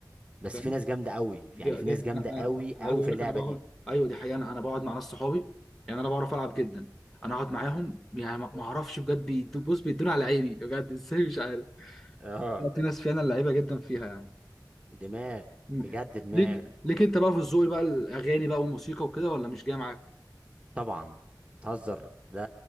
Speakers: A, on the right; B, in the centre.
A: بس
B: فاهم
A: في ناس جامدة قوي
B: ج-
A: يعني في
B: جدا
A: ناس جامدة
B: انا
A: قوي
B: انا
A: قوي
B: عايز اقول
A: في اللعبة
B: لك انا بقعد
A: دي
B: ايوه دي حقيقه انا أنا بقعد مع ناس صحابي يعني انا بعرف العب جدا انا اقعد معاهم يعني ما ما اعرفش بجد بيدو- بص بيدوني على عيني بجد ازاي مش عارف
A: اه
B: لا، في ناس فعلا لعيبه جدا فيها يعني
A: دماغ
B: م-
A: بجد دماغ
B: ليك ليك انت بقى في الذوق بقى الاغاني بقى والموسيقى وكده ولا مش جاي معاك
A: طبعا تهزر ده